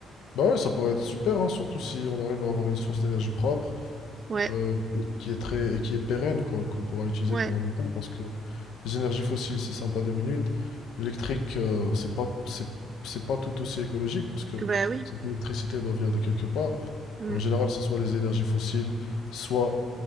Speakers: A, on the left; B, on the right.
A: bah ouais, ça pourrait être super, hein, surtout si on arrive à avoir une source d'énergie propre.
B: Ouais,
A: euh, et qui est très, et qui est pérenne, quoi, qu'on pourra utiliser
B: ouais.
A: pendant longtemps, parce que les énergies fossiles, c'est sympa deux minutes. L'électrique, euh, c'est pas, c'est, c'est pas tout aussi écologique, parce que
B: Ben oui.
A: cette électricité doit venir de quelque part.
B: Mm.
A: Et en général, c'est soit les énergies fossiles, soit